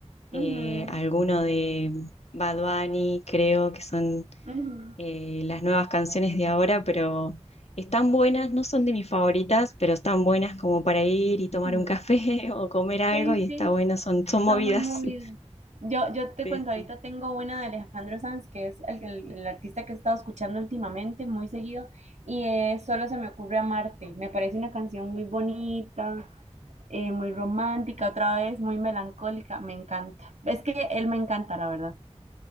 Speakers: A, on the left; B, on the right.
A: eh,
B: Ujú,
A: alguno de Bad Bunny, creo que son
B: ujú.
A: eh, las nuevas canciones de ahora, pero están buenas, no son de mis favoritas, pero están buenas como para ir y tomar
B: Sí,
A: un café <laughs> o comer algo
B: sí,
A: y está
B: sí,
A: bueno, son, son movidas.
B: son muy movidos.
A: <laughs>
B: Yo, yo te
A: Sí,
B: cuento, ahorita
A: sí.
B: tengo una de Alejandro Sanz, que es el, el- el artista que he estado escuchando últimamente, muy seguido, y es Solo se me ocurre amarte. Me parece una canción muy bonita, eh, muy romántica, otra vez muy melancólica, me encanta. Es que él me encanta, la verdad.